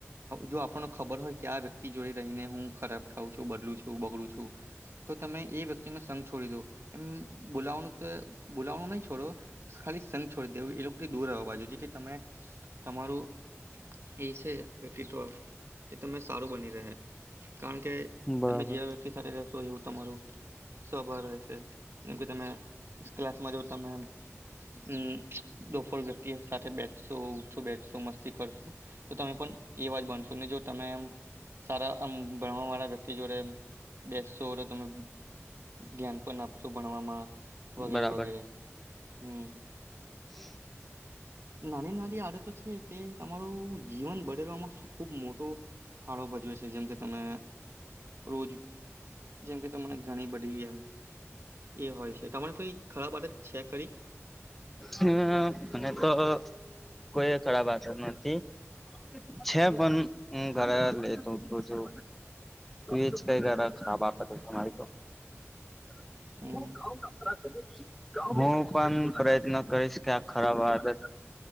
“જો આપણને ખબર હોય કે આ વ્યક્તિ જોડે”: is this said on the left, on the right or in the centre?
Right